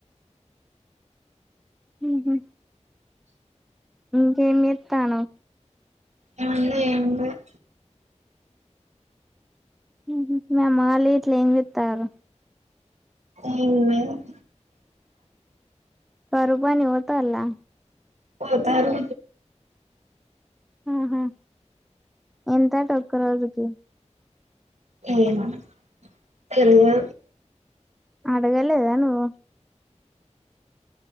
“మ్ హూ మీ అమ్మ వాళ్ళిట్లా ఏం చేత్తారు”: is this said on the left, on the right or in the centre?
Centre